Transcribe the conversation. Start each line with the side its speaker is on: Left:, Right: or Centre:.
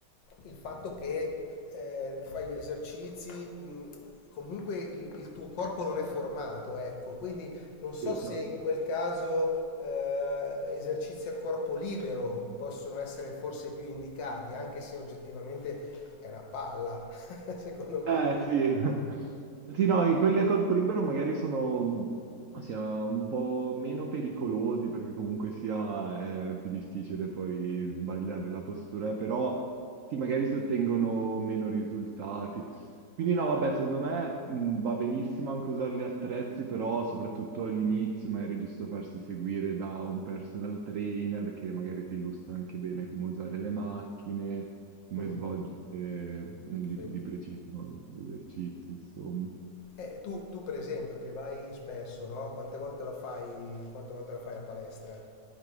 Left: il fatto che eh, fai esercizi, mh, comunque il, il tuo corpo non è formato, ecco, quindi non so
Right: Sì,
Left: se
Right: certo.
Left: in quel caso eh, esercizi a corpo libero possono essere forse più indicati, anche se oggettivamente è una palla, <laughs> secondo me.
Right: Eh sì, <laughs> sì no, i- quelli a corpo libero magari sono mh, sia un po' meno pericolosi perché comunque sia è più difficile poi sbagliare la postura, eh, però sì, magari si ottengono meno risultati. Quindi no, vabbè, secondo me mh, va benissimo anche usare gli attrezzi, però soprattutto all'inizio magari è giusto farsi seguire da un personal trainer che magari ti illustra anche bene come usare le macchine, come
Left: Mm,
Right: svolgere eh, di,
Left: sì.
Right: di preciso gli esercizi, insomma.
Left: Eh, tu, tu, per esempio che vai spesso, no? Quante volte la fai, quante volte la fai la palestra?